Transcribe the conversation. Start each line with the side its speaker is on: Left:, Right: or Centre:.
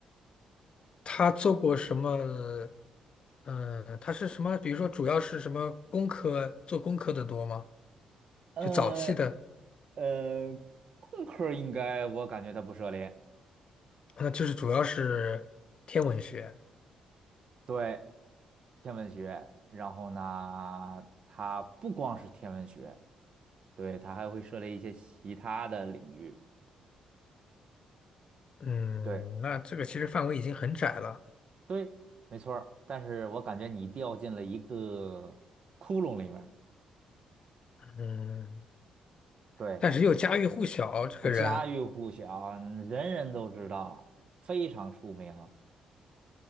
Left: 他做过什么？嗯，他是什么？比如说，主要是什么工科？做工科的多吗？
Right: 呃
Left: 就早期的，
Right: 呃，工科应该我感觉它不涉猎，
Left: 那就是主要是天文学。
Right: 对，天文学，然后呢，它不光是天文学，对，它还会涉猎一些其他的领域，
Left: 嗯，
Right: 对
Left: 那这个其实范围已经很窄了。
Right: 对，没错儿，但是我感觉你掉进了一个窟窿里面儿，
Left: 嗯，
Right: 对，
Left: 但是又家喻户晓，这个人，
Right: 那家喻户晓，人人都知道，非常出名。